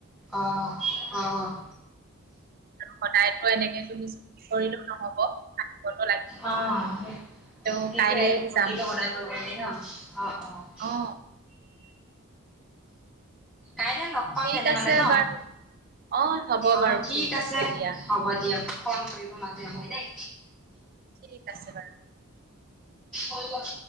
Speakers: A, in the centre; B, on the right.
A: অঁ অঁ।
B: সদায়টো এনেকে তুমি কৰিলেও নহ'ব। আহিবতো লাগিবই
A: অঁ সেই,
B: ত'
A: সেইটোৱে
B: কাইলে
A: আৰু ক্ষতিটো
B: যাম
A: সদায় কৰিব নোৱাৰি ন' অঁ অঁ।
B: অঁ
A: কাইলে ল'গ পাম
B: ঠিক
A: তেনেহ'লে
B: আছে
A: ন'?
B: বাৰু অ' হ'ব
A: অঁ
B: বাৰু
A: ঠিক আছে,
B: দিয়া
A: হ'ব দিয়ক। ফোন কৰিব মাজে সময়
B: হ'ব
A: দেই।
B: ঠিক আছে বাৰু।
A: হৈ গ'ল।